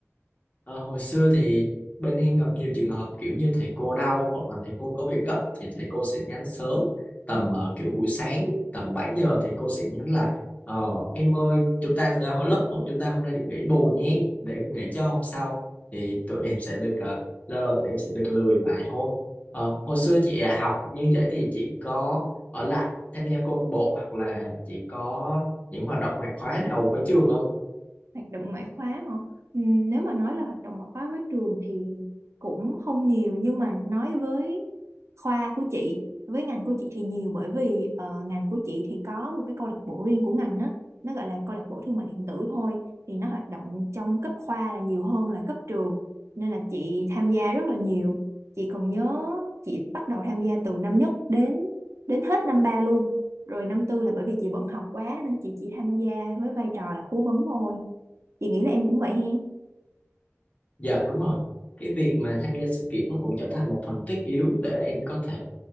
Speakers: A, on the left; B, on the right.
A: Ờ, hồi xưa thì bên em gặp nhiều trường hợp kiểu như thầy cô đau hoặc là thầy cô có việc gấp thì thầy cô sẽ nhắn sớm tầm ờ, kiểu buổi sáng tầm 7 giờ thì cô sẽ nhắn là ờ, em ơi chúng ta ờ, hồi lớp chúng ta hôm nay được nghỉ bù nhé để nghỉ cho hôm sau thì tụi em sẽ được uh, lâu lâu tụi em sẽ được lười vài hôm Ờ, hồi xưa chị à, học như vậy thì chị có ở lại tham gia câu lạc bộ hoặc là chị có những hoạt động ngoại khóa nào với trường không?
B: hoạt động ngoại khóa hả Ừm, nếu mà nói là hoạt động ngoại khóa với trường thì cũng không nhiều nhưng mà nói với khoa của chị với ngành của chị thì nhiều bởi vì ờ, ngành của chị thì có một cái câu lạc bộ riêng của ngành á nó gọi là câu lạc bộ thương mại điện tử thôi thì nó hoạt động trong cấp khoa là nhiều hơn là cấp trường nên là chị tham gia rất là nhiều chị còn nhớ chị bắt đầu tham gia từ năm nhất đến đến hết năm ba luôn rồi năm tư là bởi vì chị bận học quá nên chị chỉ tham gia với vai trò là cố vấn thôi chị nghĩ là em cũng vậy hen
A: Dạ đúng rồi. Cái việc mà tham gia sự kiện nó cũng trở thành một phần thiết yếu để em có thể